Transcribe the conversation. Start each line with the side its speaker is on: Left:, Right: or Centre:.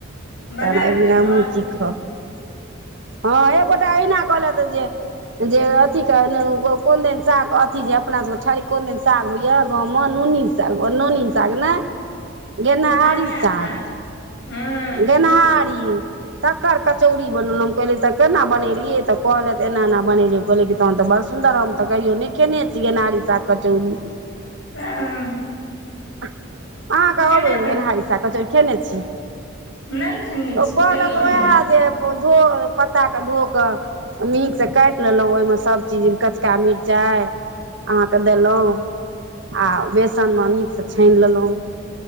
Left: बना
Right: तहन एक
Left: देत
Right: दिन हमहूॅं
Left: आओर
Right: सिखब
Left: की
Right: ह एक गोटा अहिना कहलक जे जे अथी क गो कोन दिन साग अथी जे अपना ठरि कोन दिन साग होइय गाव मे नोन्नी जा ओ नोनी साग नैय गेनहारी
Left: थरिया
Right: साग
Left: सँ हँ
Right: गेनहारी तकर कचौड़ी बलनौ कलियै त केना बनेलियै, त कहलैथ एना एना बनेलियै, कहलियै तहन तऽ बर सुन्दर हम तऽ कहियो नहि खयने छियै गेनहारी साग कचौरी
Left: भेअ
Right: अहाँकेँ
Left: केना
Right: आबै य
Left: बन
Right: गेनहारी साग कचौड़ी खेने छी
Left: नहि खेने
Right: तऽ
Left: छी
Right: कहलक
Left: कहियौ ने
Right: ओएह जे बोलि पोरो पत्ता के धो कऽ नीक स काइट देलौ ओयमे सभचीज कचका मिरचाइ अहाँकेँ देलौ आ बेसन ममी सऽ छीन लेलौ